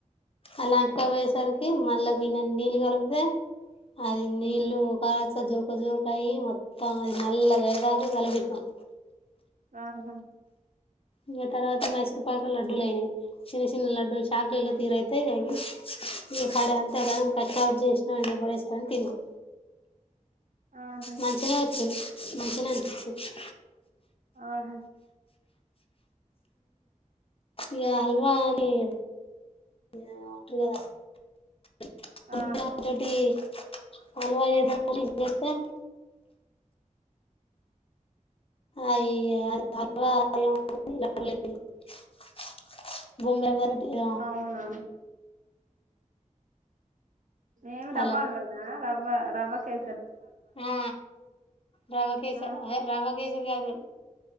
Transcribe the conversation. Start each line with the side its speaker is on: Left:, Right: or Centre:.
Left: అలాంటక పోయేసరికి మళ్ళ గిన్నని నీళ్ళు కలిపితే అది నీళ్ళ కచ జోరుక జోరుకయి మొత్తం అది నల్లగా అయ్యేదాక కలపెట్టినం
Right: ఆ హా
Left: ఇగా తర్వాత మైసూర్ పాకు లడ్డూలు అయినాయి చిన్న చిన్న లడ్డూలు చాక్లేటలా తీర అయితే ఇగ ఇ పడ అంతా గనం కష్టపడి చేేశ్నం ఎందుకు బడెసుడు అని తిన్నాం
Right: ఆహా
Left: మంచనే వచ్చింది మంచినే అనిపించింది
Right: ఆహా
Left: ఇ హల్వా అ <unintelligible> <unintelligible>
Right: ఆ
Left: టి హల్వాద ఇతే అయ్య అది అ <inaudible> బొంబై పెటిద
Right: అవునా ఏమి రవ్వా
Left: హలో
Right: హల్వా నా రవ్వ రవ్వ కేే
Left: ఆ రవకేశర్
Right: ఆ
Left: రవాకేశరి కాదు